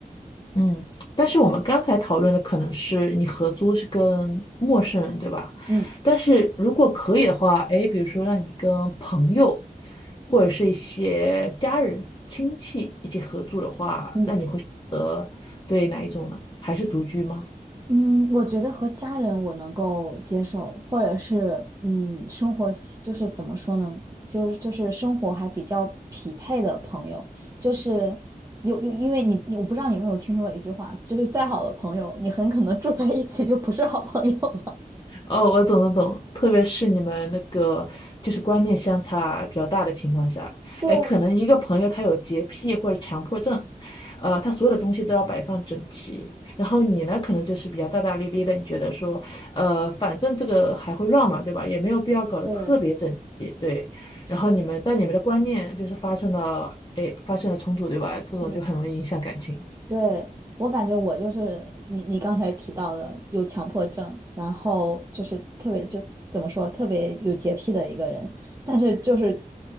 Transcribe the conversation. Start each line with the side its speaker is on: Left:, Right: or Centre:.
Left: 嗯，但是我们刚才讨论的可能是你合租是跟陌生人，对吧？
Right: 嗯
Left: 但是如果可以的话，哎，比如说让你跟朋友或者是一些家人、亲戚一起合租的话，
Right: 嗯。
Left: 那你会选择对哪一种呢？还是独居吗？
Right: 嗯，我觉得和家人我能够接受，或者是嗯，生活习就是怎么说呢，就是就是生活还比较匹配的朋友，就是有有，因为你你我不知道你有没有听说过一句话，就是再好的朋友，你很可能住在一起就不是好朋友了。
Left: 哦，我懂懂懂，特别是你们那个就是观念相差比较大的情况下，
Right: <laughs> 对
Left: 哎，可能一个朋友他有洁癖或者强迫症，呃，他所有的东西都要摆放整齐，然后你呢，可能就是比较大大咧咧的，你觉得说，呃，反正这个还会乱嘛，对吧？也没有必要搞得特别整齐，
Right: 对，
Left: 对。
Right: 是，
Left: 然后你们但你们的观念就是发生了，哎，发生了冲突，对吧？这种就很容易影响感情。
Right: 嗯。对，我感觉我就是你，你刚才提到的有强迫症，然后就是特别就怎么说，特别有洁癖的一个人。但是就是